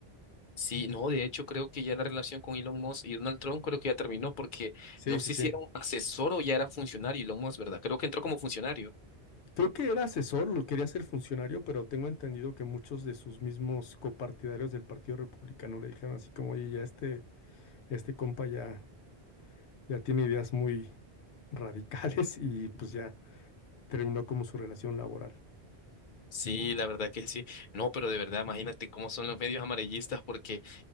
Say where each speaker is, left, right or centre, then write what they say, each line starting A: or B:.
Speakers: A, on the left; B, on the left.
A: Sí, no, de hecho creo que ya la relación con Elon Musk y Donald Trump creo que ya terminó porque
B: Sí,
A: no sé
B: sí, sí.
A: si era un asesor o ya era funcionario Elon Musk, ¿verdad? Creo que entró como funcionario.
B: Creo que era asesor, lo quería ser funcionario, pero tengo entendido que muchos de sus mismos copartidarios del Partido Republicano le dijeron así como, oye, ya este, este compa ya, ya tiene ideas muy radicales y pues ya. terminó como su relación laboral.
A: Sí, la verdad que sí. No, pero de verdad, imagínate cómo son los medios amarillistas porque